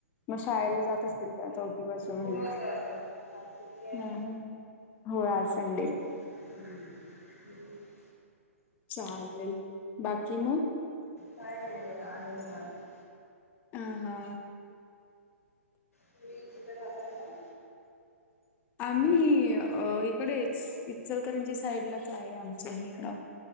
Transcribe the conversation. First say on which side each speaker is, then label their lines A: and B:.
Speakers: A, on the left; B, on the left.
A: मग शाळेला जात असतील त्या चौथीपासून म्हणलं
B: हो
A: तर-
B: जातात आज सुट्टी आहे
A: <unintelligible> हम ह. होय आज संडे.
B: हम्. <unintelligible>
A: चालेल बाकी म
B: काय नई बगा आहे निवांत-
A: हा हा
B: तुमी कूठे राहताय मग
A: आम्ही अ इकडेच इचलकरंजी साईडलाच आहे आमच हे गाव